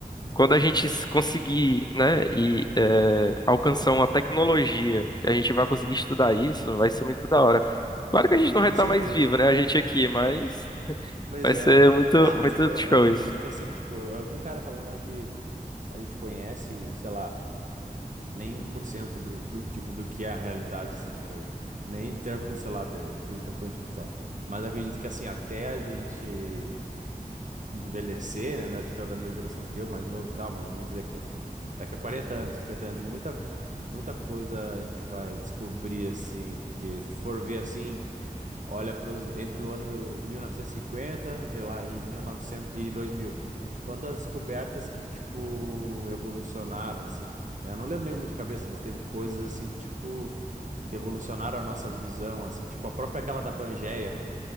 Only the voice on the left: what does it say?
Quando a gente s- conseguir, né, e é, alcançar uma tecnologia que a gente vai conseguir estudar isso, vai ser muito da hora. Claro que a gente não
vai estar
mais vivo, né, a gente aqui, mas
vai
ser muito,
muito
show
isso.